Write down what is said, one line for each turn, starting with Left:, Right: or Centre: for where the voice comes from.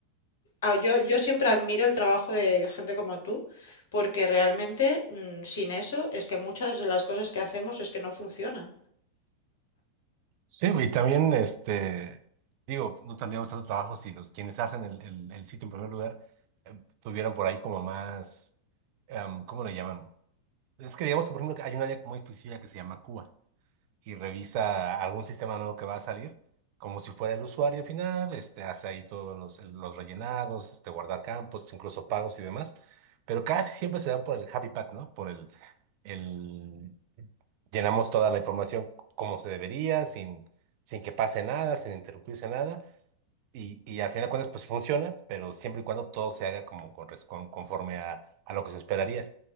Left: Ah, Yo, yo siempre admiro el trabajo de gente como tú, porque realmente mm, sin eso es que muchas de las cosas que hacemos es que no funcionan.
Right: Sí, y también, este, digo, no tendríamos tanto trabajo si los quienes hacen el, el, el sitio en primer lugar em, tuvieran por ahí como más, em, ¿cómo le llaman? Es que digamos, por ejemplo, que hay una área muy específica que se llama Cuba y revisa algún sistema nuevo que va a salir, como si fuera el usuario final, este, hace ahí todos los, los rellenados, este, guardar campos, incluso pagos y demás, pero casi siempre se dan por el happy path, ¿no? Por el, el llenamos toda la información como se debería, sin, sin que pase nada, sin interrumpirse nada, y, y al final de cuentas, pues funciona, pero siempre y cuando todo se haga como con, res- con- conforme a, a lo que se esperaría